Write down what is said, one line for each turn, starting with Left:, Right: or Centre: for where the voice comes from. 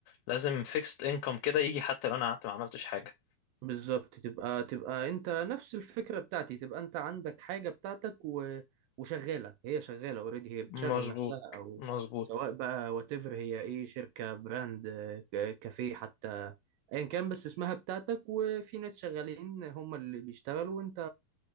Left: لازم فيكست انكم كده يجي حتى لو انا قعدت ما عملتش حاجة
Right: بالظبط تبقى تبقى انت نفس الفكرة بتاعتي تبقى انت عندك حاجة بتاعتك و... وشغالة هي شغالة اوريدي هي بتشغل
Left: مظبوط
Right: نفسها او
Left: مظبوط
Right: سواء بقى واتيفر هي ايه شركة براند آه، ك- كافيه حتى ايا كان بس اسمها بتاعتك وفي ناس شغالين هم اللي بيشتغلوا وانت